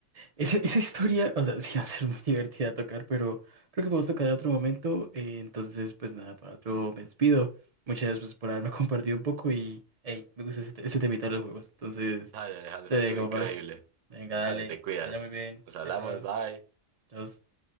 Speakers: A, on the right (about 45°); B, on the right (about 75°).
A: esa, esa historia, o sea, <laughs> sí va a ser muy divertida tocar, pero creo que podemos tocar en otro momento. Eh, entonces, pues nada, para yo me despido. Muchas gracias pues, por haberme <laughs> compartido un poco y, hey, me gusta ese, te- ese temita de los juegos. Entonces,
B: Ay, Alejandro,
A: te dejo,
B: estuvo increíble.
A: papá. Venga, dale,
B: A ver, te cuidas.
A: que te vaya muy bien.
B: Nos hablamos,
A: Chao, chao.
B: bye.
A: Chao.